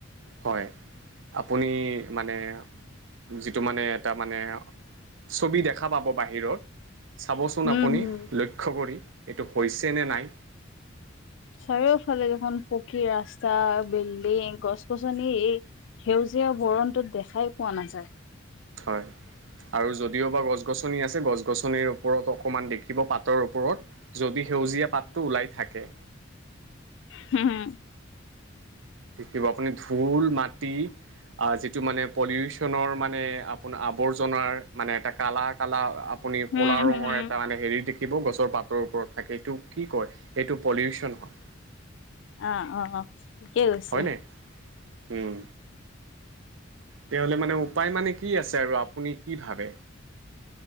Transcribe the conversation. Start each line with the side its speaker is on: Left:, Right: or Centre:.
Right: হয় আপুনি মানে যিটো মানে এটা মানে ছবি দেখা পাব বাহিৰত চাবচোন
Left: উম
Right: আপুনি
Left: হুম।
Right: লক্ষ্য কৰি এইটো হৈছে নে নাই
Left: চাৰিওফালে দেখোন পকী ৰাস্তা, বিল্ডিং, গছ- গছনি এই সেউজীয়া বৰণটোত দেখাই পোৱা নাযায়।
Right: হয় আৰু যদিও বা গছ -গছনি আছে গছ গছনিৰ ওপৰত অকণমান দেখিব পাতৰ ওপৰত যদি সেউজীয়া পাতটো ওলাই থাকে
Left: হম
Right: দেখিব আপুনি ধূল, মাটি, যিটো মানে পলিউচ ৰ মানে আপোনাৰ আৱৰ্জনাৰ মানে এটা কালাৰ কালাৰ আপুনি
Left: হুম
Right: কলা
Left: হুম।
Right: ৰঙৰ এটা মানে হেৰি দেখি- দেখিব গছৰ পাতৰ ওপৰত থাকে সেটো কি কয় সইটো পলিউচন হয়।
Left: অ অ ঠিকেই কৈছে
Right: হয়নে উম তেতিহ'লে মানে উপায় মানে কি আছে আৰু আপুনি কি ভাবে